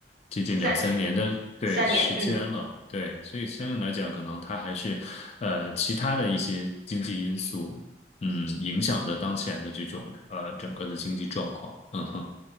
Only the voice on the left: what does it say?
接近两三年的对时间了，
对，所以相应来讲，可能它还是呃其他的一些经济因素，嗯，影响的当前的这种呃整个的经济状况，嗯哼。